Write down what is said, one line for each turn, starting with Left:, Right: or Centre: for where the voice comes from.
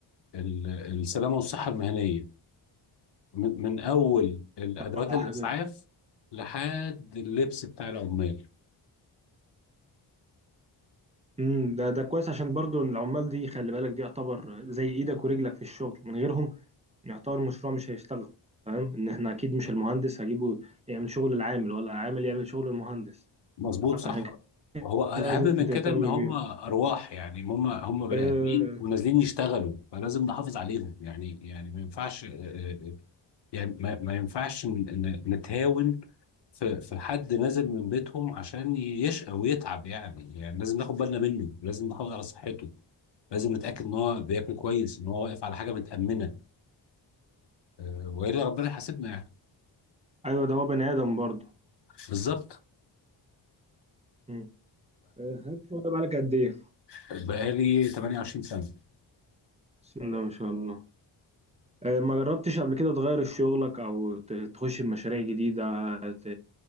Left: ال السلامه والصحه المهنيه من من اول الادوات
Right: صح
Left: الاسعاف
Right: كده
Left: لحد اللبس بتاع العمال
Right: امم ده ده كويس عشان برضو إن العمال دي خلي بالك دي يعتبر زي ايدك ورجلك في الشغل من غيرهم يعتبر المشروع مش هيشتغل فاهم ان احنا اكيد مش المهندس هجيبه يعمل شغل العامل ولا العامل يعمل شغل المهندس
Left: مظبوط صح
Right: عشان كده
Left: وهو الاهم
Right: لازم
Left: من
Right: تهتم
Left: كده ان هم
Right: بيهم
Left: ارواح يعني هم هم بني
Right: آه
Left: ادمين ونازلين يشتغلوا فلازم نحافظ عليهم يعني يعني ما ينفعش آه، آه، يعني ما, ما ينفعش ن- ن- نتهاون في في حد نازل من بيتهم عشان يشقى ويتعب يعني يعني لازم ناخد بالنا منه لازم نحافظ على صحته لازم نتاكد ان هو بياكل كويس ان هو واقف على حاجه متامنه آه، والا ربنا يحاسبنا يعني
Right: ايوه ده هو بني ادم برضه
Left: بالظبط
Right: امم آه، الشغل ده بقالك قد ايه
Left: فبقالي 28 سنه
Right: بسم الله ما شاء الله آه، ما جربتش قبل كده تغير شغلك او ت- تخش بمشاريع جديدة ت...